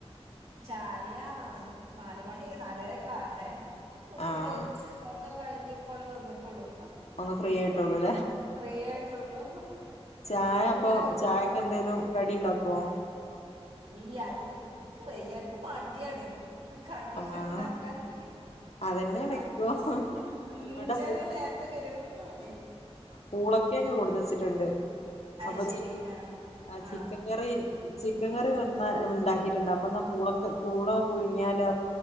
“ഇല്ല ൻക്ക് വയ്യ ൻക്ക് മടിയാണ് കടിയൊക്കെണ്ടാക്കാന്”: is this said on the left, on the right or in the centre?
Right